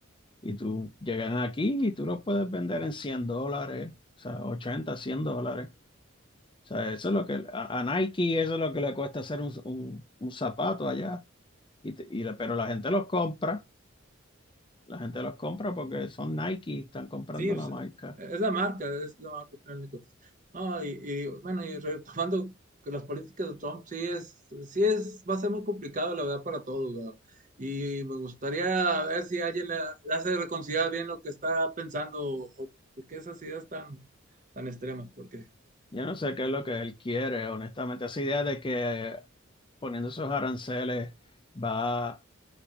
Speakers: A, on the left; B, on the right.
A: Y tú llegan aquí y tú los puedes vender en 100 dólares, o sea, 80, 100 dólares. O sea, eso es lo que a, a Nike, eso es lo que le cuesta hacer un, un- un zapato allá. Y te- y la- pero la gente los compra, la gente los compra porque son Nike, están comprando
B: sí, pues,
A: la marca.
B: es la marca, es la marca, al final de cuentas. No, y, y, bueno, y retomando que las políticas de Trump, sí es, sí es, va a ser muy complicado, la verdad, para todos, ¿verdad? Y me gustaría ver si alguien la, la hace reconsiderar bien lo que está pensando o, o por qué esas ideas tan, tan extremas, porque
A: Yo no sé qué es lo que él quiere, honestamente. Esa idea de que eh, poniendo esos aranceles va